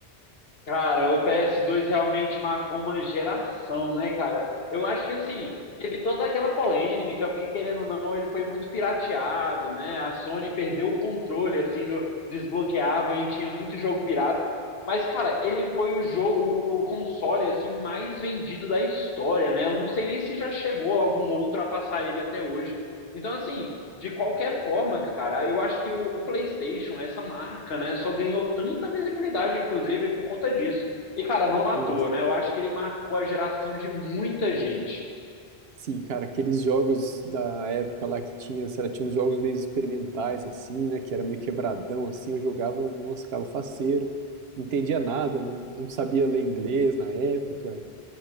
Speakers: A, on the left; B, on the right.
A: Cara, o PS2 realmente marcou uma geração, né, cara? Eu acho que assim, teve toda aquela polêmica, porque querendo ou não, ele foi muito pirateado, né? A Sony perdeu o controle, assim, do desbloqueavam e tinha muito jogo pirata. Mas, cara, ele foi o jogo, o console, assim, mais vendido da história, né? Eu não sei nem se já chegou algum outro a passar ele até hoje. Então, assim, de qualquer forma, cara, eu acho que o, o PlayStation, essa marca, né, só ganhou tanta visibilidade, inclusive, por conta disso. E, cara, não à
B: Nossa.
A: toa, né? Eu acho que ele marcou a geração de muita gente.
B: Sim, cara, aqueles jogos da época lá que tinha, sei lá, tinha uns jogos meio experimentais, assim, né? Que era meio quebradão, assim, eu jogava, nossa, ficava faceiro, não entendia nada, não, não sabia ler inglês na época.